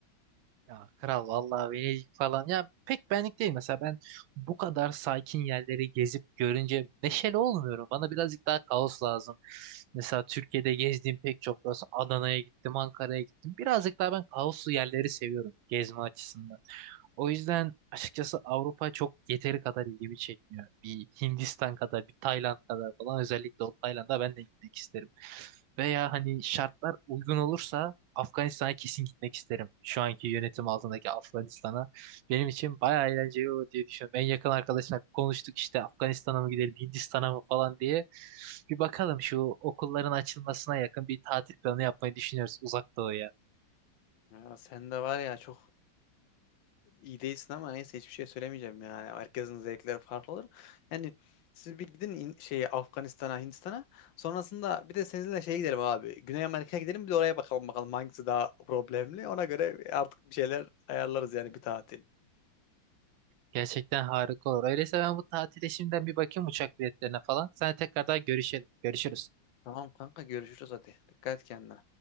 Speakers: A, on the right; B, on the left.
A: Ya kral vallahi Venedik falan ya pek benlik değil mesela ben bu kadar sakin yerleri gezip görünce neşeli olmuyorum. Bana birazcık daha kaos lazım. Mesela Türkiye'de gezdiğim pek çok burası Adana'ya gittim, Ankara'ya gittim. Birazcık daha ben kaoslu yerleri seviyorum gezme açısından. O yüzden açıkçası Avrupa çok yeteri kadar ilgimi çekmiyor. Bir Hindistan kadar, bir Tayland kadar falan özellikle o Tayland'a ben de gitmek isterim. Veya hani şartlar uygun olursa Afganistan'a kesin gitmek isterim. Şu anki yönetim altındaki Afganistan'a. Benim için bayağı eğlenceli olur diye düşünüyorum. En yakın arkadaşımla konuştuk işte Afganistan'a mı gidelim, Hindistan'a mı falan diye. Bir bakalım şu okulların açılmasına yakın bir tatil planı yapmayı düşünüyoruz uzak doğuya.
B: Ya sen de var ya çok iyi değilsin ama neyse hiçbir şey söylemeyeceğim yani. Herkesin zevkleri farklı olur. Yani siz bir gidin in- şeye Afganistan'a, Hindistan'a. Sonrasında bir de seninle şeye gidelim abi. Güney Amerika'ya gidelim bir de oraya bakalım bakalım hangisi daha problemli. Ona göre artık bir şeyler ayarlarız yani bir tatil.
A: Gerçekten harika olur. Öyleyse ben bu tatile şimdiden bir bakayım uçak biletlerine falan. Sen tekrardan görüşelim. Görüşürüz.
B: Tamam kanka görüşürüz hadi. Dikkat et kendine.